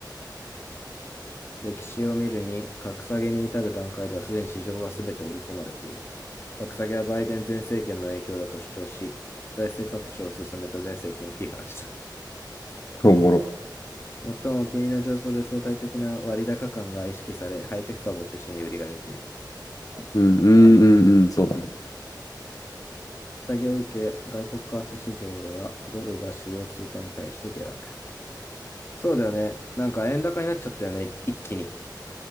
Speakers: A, on the left (about 30°); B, on the left (about 50°).
A: 歴史を見るに、格下げに至る段階ではすでに市場はすべて織り込まれている。格下げはバイデン前政権の影響だと主張し、財政拡張を進めた前政権を批判した。
B: おもろ。
A: <laughs> 最も金利の上昇で相対的な割高感が意識され、ハイテク株を中心に売りが出ている。
B: うん。うん。うん。うんそうだね。
A: 利下げを受け、外国為替市場ではドルが主要通貨に対して下落。そうだよね。なんか円高になっちゃったよね、一気に。